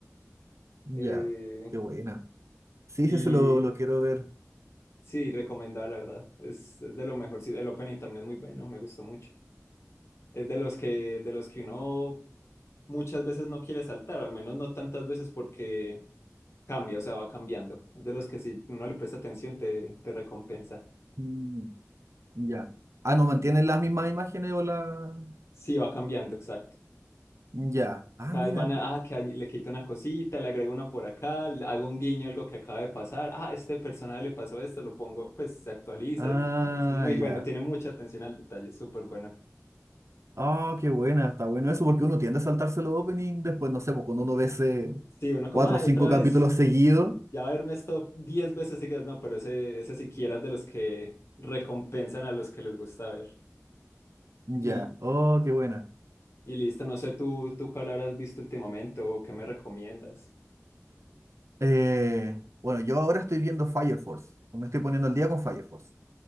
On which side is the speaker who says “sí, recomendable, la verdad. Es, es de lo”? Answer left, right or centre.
Left